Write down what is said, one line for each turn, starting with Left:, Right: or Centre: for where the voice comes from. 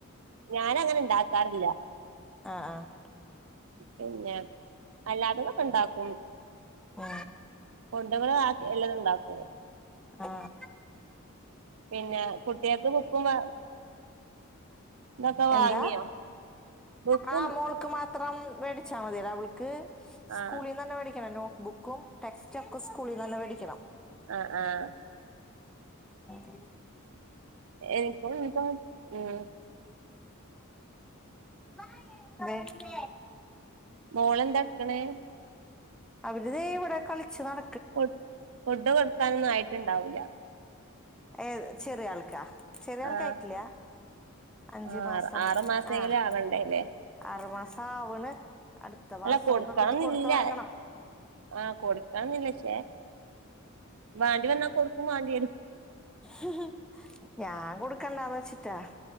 Right: ഞാന് അങ്ങനെ ഇണ്ടാക്കാറില്ല.
Centre: ആഹ് ആഹ്
Right: പിന്നെ അല്ലാത്തതൊക്കെ ഇണ്ടാക്കും.
Centre: ഉം
Right: ഫുഡുകൾ ആക്കി വല്ലതും ഉണ്ടാക്കും.
Centre: ആഹ്
Right: പിന്നെ കുട്ട്യേക്ക് ബുക്കും- ഇതൊക്കെ വാങ്ങിയോ
Centre: എന്താ
Right: ബുക്കും
Centre: ആഹ് മോൾക്ക് മാത് ത്രം വേടിച്ചാൽ മതിയടാ അവൾക്ക് സ്കൂളിന്നന്നെ
Right: ആഹ്
Centre: മേടിക്കണം നോട്ട്ബുക്കും ടെക്സ്റ്റ് ഒക്കെ സ്കൂളിന്നെന്നെ വേടിക്ക ണം.
Right: അഹ് ആഹ്.
Centre: ഏഹ്.
Right: എനിപ്പോമി. <unintelligible> ഉം
Centre: <unintelligible>
Right: മോളെന്താ ഇട്ക്ക്ണ്.
Centre: അവരിതേയ്. ഇവടെ കളിച്ച് നട.
Right: ഫു ഫുഡ് കൊടുക്കാനൊന്നും ആയിറ്റ്ണ്ടാവൂല്ല
Centre: ഏ ചെറിയ ആൾക്കാ ചെറിയ ആൾക്ക
Right: ആഹ്
Centre: ആയിട്ടില്ല. അഞ്ച്
Right: ആഹ്
Centre: മാസം
Right: ആറു മാസെങ്കിലും
Centre: ആഹ്.
Right: ആവണ്ടേല്ലേ
Centre: ആറുമാസ ആവ്ണ്. അടുത്ത
Right: അല്ല
Centre: മാസആവുമ്പൊത്തും.
Right: കൊടുക്കണംന്നില്ല
Centre: കൊട്ത്ത് തൊടങ്ങണം.
Right: ആഹ് കൊടുക്കാന്നില്ലക്ഷേ. വാണ്ടി വന്നാ കൊടുക്കും വാണ്ട്യേരു..
Centre: ഹ്ഹ് ഞാൻ കൊടുക്കണ്ട വച്ചിട്ടാ